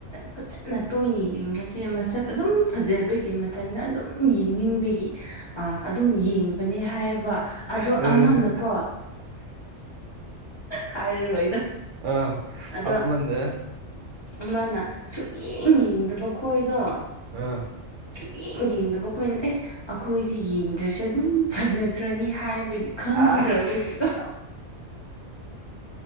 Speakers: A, on the left; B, on the right.
A: ꯐꯖꯅ ꯇꯣꯏꯅ ꯌꯦꯡꯕꯁꯦ ꯃꯁꯛ ꯑꯗꯨꯝ ꯐꯖꯕꯒꯤ ꯃꯊꯟꯇ ꯑꯗꯨꯝ ꯌꯦꯡꯅꯤꯡꯕꯒꯤ꯫ ꯑ ꯑꯗꯨꯝ ꯌꯦꯡꯕꯅꯦ ꯍꯥꯏꯕ ꯑꯗꯣ
B: ꯑ
A: ꯑꯃꯅꯀꯣ ꯍꯥꯏꯔꯔꯣꯏꯗꯣ
B: ꯑ
A: ꯑꯗꯣ
B: ꯑꯃꯅ
A: ꯑꯃꯥꯅ ꯁꯨꯛ ꯌꯦꯡ ꯌꯦꯡꯗꯕ ꯈꯣꯏꯗꯣ
B: ꯑꯥ꯫
A: ꯁꯨꯛꯌꯦꯡ ꯌꯦꯡꯗꯕ ꯑꯩꯈꯣꯏꯅ ꯑꯦꯁ ꯑꯩꯈꯣꯏꯗꯤ ꯌꯦꯡꯗ꯭ꯔꯁꯨ ꯑꯗꯨꯝ ꯐꯖꯈ꯭ꯔꯅꯤ ꯍꯥꯏꯕꯒꯤ ꯈꯪꯈ꯭ꯔꯕꯒꯤꯗꯣ꯫
B: ꯑꯁ